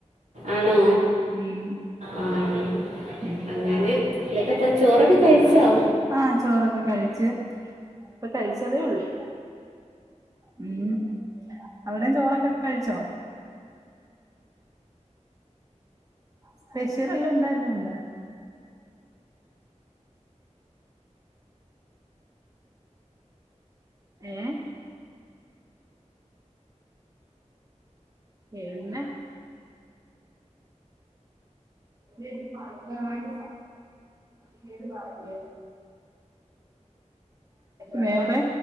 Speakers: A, on the right; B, on the right.
A: ആണോ
B: ഉം
A: ആഹ
B: ഉം
A: അങ്ങനെ ഇതൊക്കെ ചോറൊക്കെ കഴിച്ചോ
B: ആഹ ചോറൊക്കെ കഴിച്ച് ഇപ്പൊ കഴിച്ചതേ ഉള്ളു ഉം അവിടെയും ചോറൊക്കെ കഴിച്ചോ സ്പെഷ്യൽ എല്ലാം ഉണ്ടായിരുനോന്ന് ഏ പിന്നെ എരമായിട്ട് സംസാരിക്ക കേട്ട് പറ <inaudible>
A: <inaudible>
B: വേറെ